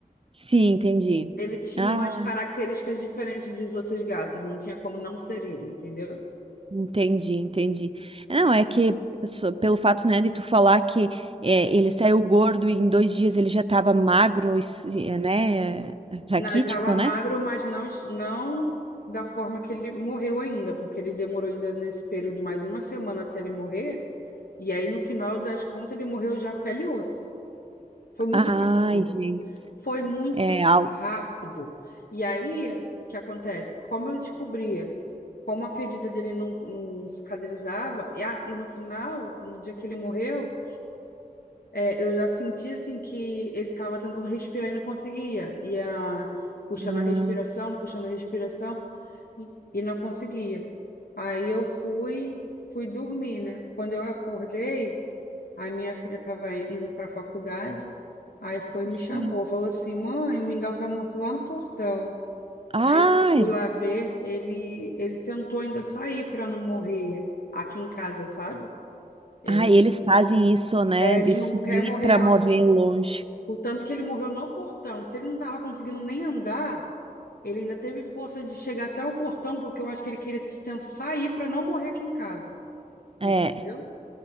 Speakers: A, on the right; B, on the left.
A: Sim, entendi.
B: Ele tinha
A: Ah,
B: umas características diferentes dos outros gatos, não tinha como não ser ele, entendeu?
A: entendi, entendi. Não, é que só pelo fato, né, de tu falar que é, ele saiu gordo e em dois dias ele já estava magro, e é, né, raquítico,
B: Não, ele estava magro,
A: né?
B: mas não, não da forma que ele morreu ainda, porque ele demorou ainda nesse período mais uma semana até ele morrer, e aí no final das contas ele morreu já pele e osso. Foi muito
A: Ai,
B: rápido.
A: gente,
B: Foi muito
A: é algo.
B: rápido. E aí, o que acontece? Como eu descobri, como a ferida dele não, não cicatrizava, e, a- e no final, no dia que ele morreu, é, eu já senti assim que ele estava tentando respirar e não conseguia. E a, puxando
A: Ah.
B: a respiração, puxando a respiração, e, e não conseguia. Aí eu fui, fui dormir, né? Quando eu acordei, a minha filha estava indo para a faculdade, aí foi e me
A: Sim.
B: chamou, falou assim, mãe, o mingau tá morto lá no portão.
A: Ai,
B: Aí eu fui lá ver, ele, ele tentou ainda sair para não morrer aqui em casa, sabe? Ele,
A: ai, eles fazem isso, né?
B: é,
A: De
B: ele
A: sair
B: não quer morrer,
A: para morrer longe.
B: o tanto que ele morreu no portão. Se ele não tava conseguindo nem andar, ele ainda teve força de chegar até o portão, porque eu acho que ele queria tentar sair para não morrer aqui em casa. Entendeu?
A: É.